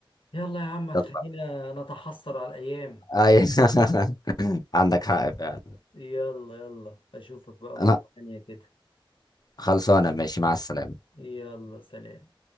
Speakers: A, on the left (about 65°); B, on the left (about 45°).
A: يلا يا عم هتخلينا
B: يلا
A: نتحسر على الأيام
B: اي <laughs> عندك حق فعلا
A: يلا يلا أشوفك بقى مرة
B: انا
A: تانية كده
B: خلصانه ماشي مع السلامة
A: يلا سلام